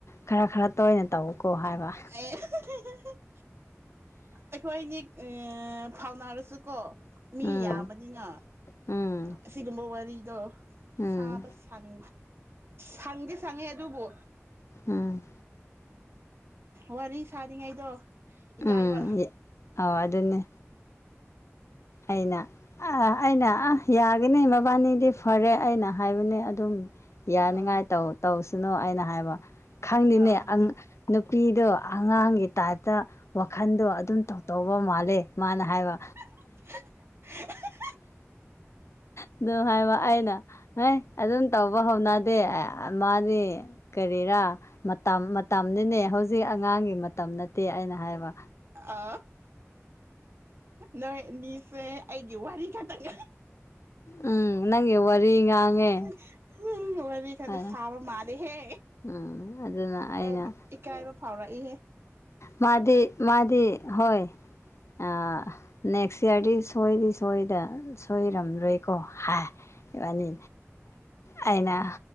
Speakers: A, on the left (about 65°); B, on the right (about 55°).
A: ꯈꯔ ꯈꯔ ꯇꯣꯏꯅ
B: <inaudible>
A: ꯇꯧꯀꯣ ꯍꯥꯏꯕ
B: ꯑꯩꯈꯣꯏꯅꯤ ꯑ ꯐꯥꯎꯅꯔꯁꯨ ꯀꯣ ꯃꯤ
A: ꯎꯝ
B: ꯌꯥꯝꯕꯅꯤꯅ
A: ꯎꯝ
B: ꯑꯁꯤꯒꯨꯝꯕ ꯋꯥꯔꯤꯗꯣ
A: ꯎꯝ
B: ꯁꯥꯕ ꯁꯪ ꯁꯪꯗꯤꯉꯦ ꯁꯪꯉꯦ ꯑꯗꯨꯕꯨ
A: ꯎꯝ
B: ꯋꯥꯔꯤ ꯁꯥꯔꯤꯉꯩꯗꯣ ꯏꯀꯥꯏꯕ
A: ꯎꯝ ꯑꯥꯎ ꯑꯗꯨꯅꯦ ꯑꯩꯅ ꯑ ꯑꯩꯅ ꯑ ꯌꯥꯒꯅꯤ ꯃꯕꯥꯟꯅꯤꯗꯤ ꯐꯔꯦ ꯑꯩꯅ ꯍꯥꯏꯕꯅꯦ ꯑꯗꯨꯝ ꯌꯥꯅꯤꯉꯥꯏ
B: ꯑꯥ
A: ꯇꯧ ꯇꯧꯁꯥꯅꯨ ꯑꯩꯅ ꯍꯥꯏꯕ ꯈꯪꯅꯤꯅꯦ
B: ꯑꯥ
A: ꯅꯨꯄꯤꯗꯣ ꯑꯉꯥꯡꯒꯤ ꯇꯥꯏꯞꯇ ꯋꯥꯈꯟꯗꯣ ꯑꯗꯨꯝ ꯇꯧ ꯇꯧꯕ ꯃꯥꯜꯂꯦ ꯃꯥꯅ ꯍꯥꯏꯕ
B: <inaudible>
A: ꯑꯗꯨ ꯍꯥꯏꯕ ꯑꯩꯅ ꯍꯦ ꯑꯗꯨꯝ ꯇꯧꯕ ꯍꯧꯅꯗꯦ ꯃꯥꯗꯤ ꯀꯔꯤꯔꯥ ꯃꯇꯝ ꯃꯥꯇꯝꯅꯅꯦ ꯍꯧꯖꯤꯛ ꯑꯉꯥꯡꯒꯤ ꯃꯇꯝ ꯅꯠꯇꯦ ꯑꯩꯅ ꯍꯥꯏꯕ
B: ꯑ ꯅꯣꯏ ꯑꯅꯤꯁꯦ ꯑꯩ ꯑꯩꯒꯤ ꯋꯥꯔꯤ ꯈꯛꯇꯪ
A: ꯎꯝ ꯅꯪꯒꯤ ꯋꯥꯔꯤ ꯉꯥꯡꯉꯦ
B: <inaudible> ꯎꯝ ꯋꯥꯔꯤ ꯈꯥꯛꯇꯥ
A: ꯍꯥꯏꯅ
B: ꯁꯥꯕ ꯃꯥꯂꯦꯍꯦ
A: ꯎꯝ ꯑꯗꯨꯅ
B: ꯏꯀꯥꯏꯕꯥ
A: ꯑꯩꯅ
B: ꯏꯀꯥꯏꯕ ꯐꯥꯎꯔꯛꯏꯍꯦ
A: ꯃꯥꯗꯤ ꯃꯥꯗꯤ ꯍꯣꯏ ꯑ ꯅꯦꯛꯁ ꯏꯌ꯭ꯔꯒꯤ ꯁꯣꯏꯗꯤ ꯁꯣꯏꯗ ꯁꯣꯏꯔꯝꯔꯦꯀꯣ ꯍꯥ ꯏꯕꯥꯟꯅꯤ ꯑꯩꯅ